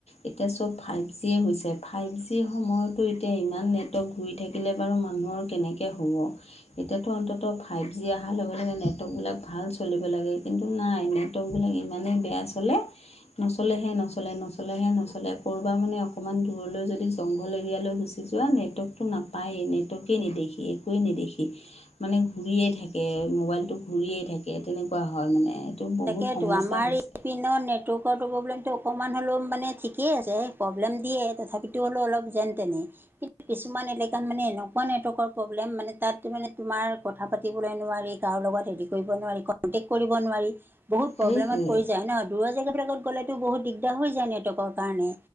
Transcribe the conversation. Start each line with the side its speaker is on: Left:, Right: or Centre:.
Left: এতিয়া চব ফাইভ জিয়ে হৈছে, ফাইভ জিৰ সময়তো এতিয়া ইমান নেটৱৰ্ক শুই থাকিলে বাৰু মানুহৰ কেনেকে হ'ব। এতিয়াতো অন্তত ফাইভ জি অহাৰ লগে- লগে নেটৱৰ্কবিলাক ভাল চলিব লাগে, কিন্তু নাই নে টৱৰ্ক বিলাক ইমানেই বেয়া চলে নচলেহে নচলে- নচলেহে নচলে, ক'ৰবাত মানে অকণমান দূৰলৈ যদি জংঘল এৰিয়ালৈ গুচি যোৱা নেটৱৰ্কতটো নাপায়েই, নেটৱৰ্কে নেদেখি একোৱেই নেদেখি। মানে ঘূৰিয়ে থাকে, মোবাইলটো ঘূৰিয়েই থাকে তেনেকুৱা হয় মানে। বহুত
Right: তাকেতো
Left: সমস্যা
Right: আমাৰ
Left: হৈছে
Right: এই পিনৰ নেটৱৰ্কৰটো প্ৰব্লেমটো অকণমান হ'লেও মানে ঠিকেই আছে, প্ৰব্লেম দিয়ে তথাপিতো হ'লও অলপ যেন তেনে কিন্তু কিছুমান এলেকাত মানে এনেকোৱা নেটৱৰ্কৰ প্ৰব্লেম মানে তাত মানে তোমাৰ কথা পাতিবলৈ নোৱাৰি, কাৰো লগত হেৰি কৰিব নোৱাৰি। <inaudible> কৰিব নোৱাৰি। বহুত
Left: সেইটোৱে
Right: প্ৰব্লেমত পৰি যায় ন? দূৰ জেগাবিলাকত গ'লেতো বহুত দিগদাৰ হৈ যায় নেটৱৰ্কৰ কাৰণে।